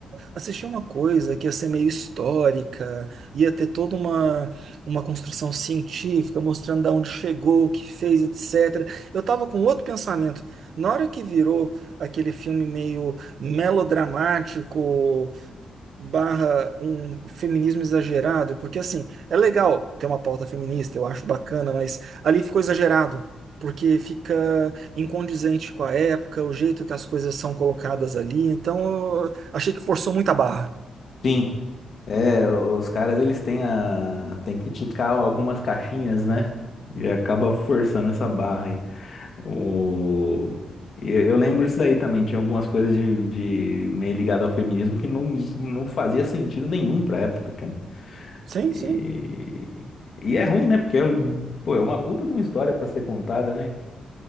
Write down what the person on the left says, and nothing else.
Sim, é, os caras eles têm a, tem que ticar algumas caixinhas, né? E acaba forçando essa barra aí. O... e Eu, eu lembro disso daí também, tinha algumas coisas de, de meio ligado ao feminismo que não, não fazia sentido nenhum pra época, cara.
E,
e é ruim, né? Porque, pô, é uma puta de uma história pra ser contada, né?